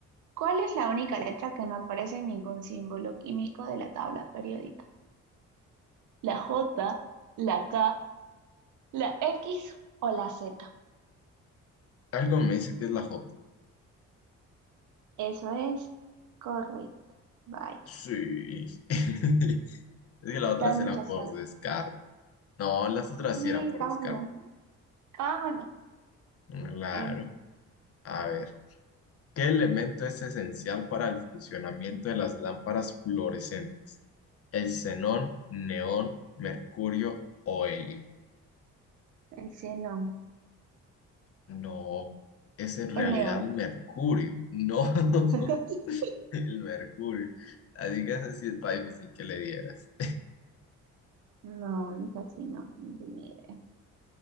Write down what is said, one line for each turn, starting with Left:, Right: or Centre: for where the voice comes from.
Right: ¿cuál es la única letra que no aparece en ningún símbolo químico de la tabla periódica? ¿La J, la K, la X o la Z?
Left: Algo me dice que es la J.
Right: Eso es correcto. Bye.
Left: Sí. <laughs> Es que la
Right: Está
Left: otra
Right: de
Left: será
Right: mucha
Left: por
Right: suerte.
Left: descarte. No, las otras
Right: Sí,
Left: sí eran por
Right: vámonos.
Left: descarte.
Right: Vámonos.
Left: Claro.
Right: Eh,
Left: A ver, ¿qué elemento es esencial para el funcionamiento de las lámparas fluorescentes? ¿El xenón, neón, mercurio o helio?
Right: El xenón.
Left: No, es en realidad
Right: El neón.
Left: el mercurio. No, <laughs>
Right: <laughs>
Left: el mercurio. Así que esa sí está difícil que le dieras.
Right: No, es así, no, no tenía idea.